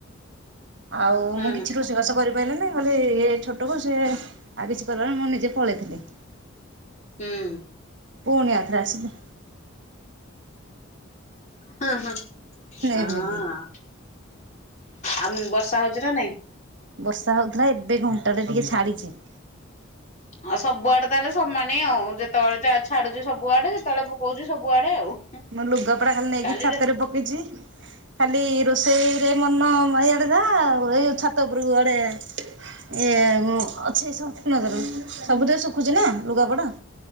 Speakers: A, on the right (about 60°); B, on the left (about 35°).
A: ଆଉ
B: ହୁଁ
A: ମୁଁ କିଛି ରୋଷେଇବାସ କରି କହିଲେ ନାଇ କହିଲେ ଇଏ ଛୋଟକୁ ସେ ଆଉ କିଛି କହିଲେ ନି, ମୁଁ ନିଜେ ପଳେଇଥିଲି।
B: ହୁଁ
A: ପୁଣି ଆଉ ଥରେ ଆସିଲି।
B: ହଁ- ହଁ-
A: ଏମିତି।
B: ଅଁ ଆ ମ ବର୍ଷା ହେଉଛି ନା ନାଇଁ।
A: ବର୍ଷା ହଉଥିଲା ଏବେ ଘଣ୍ଟାଟେ ଟିକେ ଛାଡ଼ିଛି।
B: ଆଉ ସବୁ ଆଡ଼େ ତାହେଲେ ସମାନ ଆଉ ଯେତେବେଳେ ଯା ଛାଡୁଛି ସବୁଆଡ଼େ ଯେତେବେଳେ ହଉଛିି ସବୁ ଆଡ଼େ ଆଉ।
A: ମୋ ଲୁଗାପଟା ଖାଲି ନେଇକି
B: କାଲିରେ
A: ଛାତରେ ପକେଇଛି। ଖାଲି ରୋଷେଇରେ ମନ ମାଢ଼ିବା କଥା ଏଇ ଛାତ ଉପରକୁ ଆଡ଼େ ଇଏ ଅଛି ସ <unintelligible> ସବୁଦ ଶୁଖୁଛି ନା ଲୁଗାପଟା।